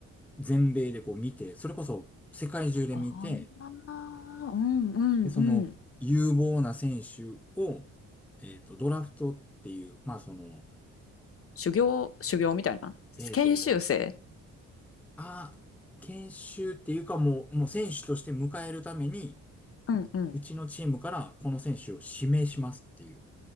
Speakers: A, in the centre; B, on the left.
A: 全米でこう見て、それこそ世界中で見て、
B: ああ、うんうんうん。
A: で、その有望な選手を、えっと、ドラフトっていう、まあ、その、
B: 修行、修行みたいな。
A: えっと、
B: 研修生
A: あ、研修っていうかもう、もう選手として迎えるために、
B: うんうん。
A: うちのチームからこの選手を指名しますっていう。